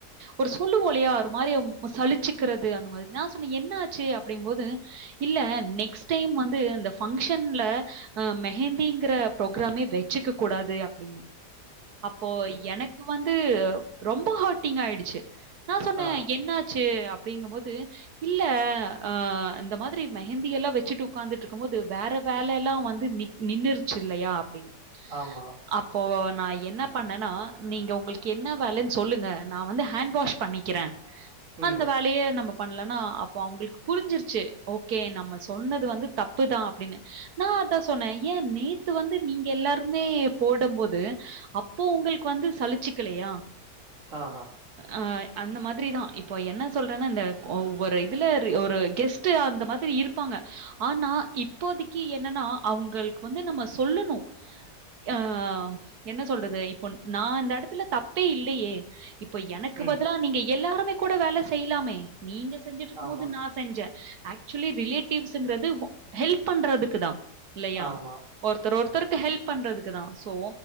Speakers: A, on the right; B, on the right.
A: ஒரு சொல்லுவோ இல்லையா ஒரு மாரி அவ்ங் சழிச்சிக்கிறது அந்த மாரி நா சொன்ன என்ன ஆச்சு அப்டிம் போது இல்ல நெக்ஸ்ட் டைம் வந்து இந்த பங்க்ஷன்ல அ மெஹந்திங்கிற ப்ரோக்ராமே வெச்சுக்கக் கூடாது அப் அப்டினு அப்போ எனக்கு வந்து ரொம்ப ஹாட்டிங் ஆயிடுச்சு நா சொன்ன
B: ஆ.
A: என்ன ஆச் டு அப்டிங்கும்போது இல்ல அ இந்த மாதிரி மெஹந்தி எல்லா வெச்சுட்டு உக்காந்துட்ருக்கும் போது வேற வேலலா வந்து நின் நின்னுருச்சு இல்லையா அப்டினு
B: ஆமா
A: அப்போ நா என்ன பண்ணேனா நீங்க உங்களுக்கு என்ன வேலன்னு சொல்லுங்க நா வந்து ஹேண் வாஷ் பண்ணிக்கிற
B: ம்.
A: அந்த வேலைய நம்ம பண்லனா அப்ப அவங்களுக்கு புரிஞ்சுருச்சு ஓகே நம்ம சொன்னது வந்து தப்புதா அப்டினு நா அதா சொன்னே ஏ நேத்து வந்து நீங்க எல்லாருமே போடம் போது அப்போ உங்களுக்கு வந்து சலிச்சுக்கலையா
B: ஆஹா!
A: ஆஹ் அந்த மாதிரிதா இப்போ என்ன சொல்றனா இந்த ஒவ்வொரு இதுல ஒரு கெஸ்டு அந்த மாதிரி இருப்பாங்க ஆனா இப்போதைக்கு என்னனா அவங்களுக்கு வந்து நம்ம சொல்லணு ஆ என்ன சொல்றது இப்போ நா இந்த இடத்துல தப்பே இல்லையே இப்ப எனக்கு
B: ம்.
A: பதிலா நீங்க எல்லாருமே கூட வேல செய்லாமே நீங்க செய் செஞ்சுட்டு இருக்கும்
B: ஆமா,
A: போது நா செஞ்சே ஆக்சுவ்லி ரிலேட்டிவ்ஸுங்கிறது ஹொ ஹெல்ப் பண்றதுக்கு தா இல்லையா
B: ஆமா.
A: ஒருத்தர் ஒருத்தர் ஹெல்ப் பண்றது க்குதா சோ